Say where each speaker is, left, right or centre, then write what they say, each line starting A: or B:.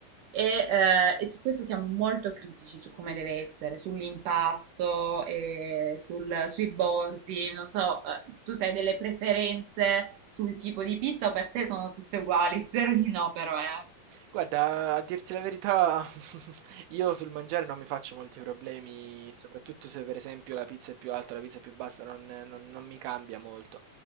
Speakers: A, on the right; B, on the right.
A: E, eh, e su questo siamo molto critici su come deve essere, sull'impasto, e sul- sui bordi. Non so, eh, tu sai delle preferenze sul tipo di pizza o per te sono tutte uguali? <laughs> Spero di no, però, eh.
B: Guarda, a dirti la verità, <laughs> io sul mangiare non mi faccio molti problemi, soprattutto se per esempio la pizza è più alta, la pizza è più bassa, non, non- non mi cambia molto.